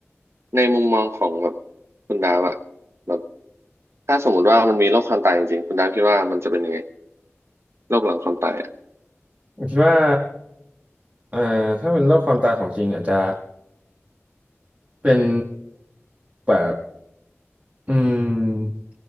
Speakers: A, on the right; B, on the right.
A: ในมุมมองของแบบคุณดาบอะแบบถ้าสมมติว่ามันมีโรคความตายจริงๆคุณดาบคิดว่ามันจะเป็นยังไง โรคหลังความตายอ่ะ
B: ผมคิดว่าเอ่อถ้าเป็นโรคความตายของจริงอาจจะเป็นแบบ อืม